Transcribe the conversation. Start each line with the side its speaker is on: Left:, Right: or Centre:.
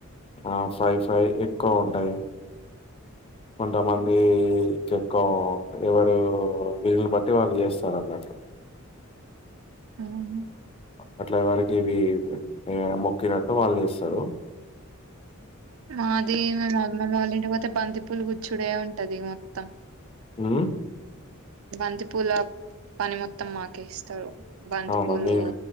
Left: ఆ ఫైవ్ ఫైవ్. ఎక్కువుంటాయి. కొంతమంది కే. కా,. ఎవరు వీళ్ళుని బట్టి వాళ్ళు జేస్తారన్నటు.
Right: ఉహూ.
Left: అట్లా ఎవరికివి యా మొక్కినట్టు వాళ్ళు జేస్తారు.
Right: మాది మేమమ్మమ్మొళింటికి పోతే బంతి పూలు గుచుడే ఉంటది మొత్తం.
Left: ఊమ్మ్.
Right: బంతిపుల. పని మొత్తం మాకే ఇస్తారు. ! బంతి
Left: అవును.
Right: పూలు.
Left: మీరే